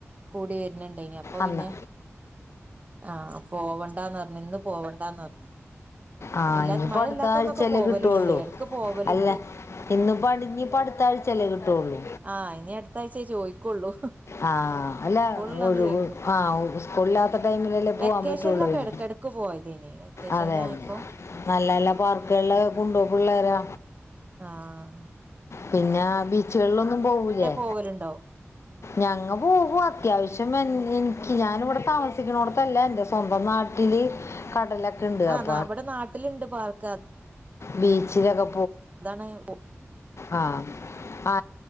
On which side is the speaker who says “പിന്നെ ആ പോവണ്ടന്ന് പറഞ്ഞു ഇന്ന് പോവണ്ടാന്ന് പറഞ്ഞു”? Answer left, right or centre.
Right